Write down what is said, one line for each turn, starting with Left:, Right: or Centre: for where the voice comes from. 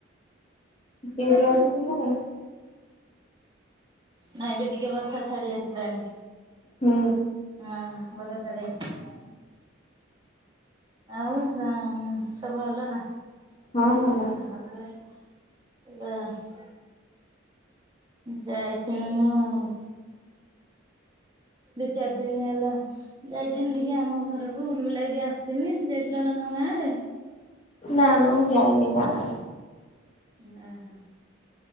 Left: କିଏ କିଏ
Right: ଅଁ।
Left: ଅଛନ୍ତି ଘରେ?
Right: ନା ଏବେ ଟିକେ ବର୍ଷା ଛାଡ଼ି ଆସିଲାଣି।
Left: ହୁଁ।
Right: ହଁ ବର୍ଷା ଛାଡ଼ି ଆସିଲାଣି। ଆଉ ତମ୍ ସବୁ ଭଲ ନା?
Left: ହଁ ଭଲ।
Right: <unintelligible> ଯାଇଥିଲି ନ ହଁ ଦି ଚାର୍ ଦିନି ହେଲା। ଯାଇଥିନି ଟିକେ ଆମ ଘରକୁ ବୁଲି ବୁଲାକି ଆସଥିନି ଯାଇଥିଲ ନା ତମ ଗାଁ ଆଡ଼େ?
Left: ନା ନା ମୁଁ ଯାଇନି ଗାଁ।
Right: ଇଆଁ ହଁ।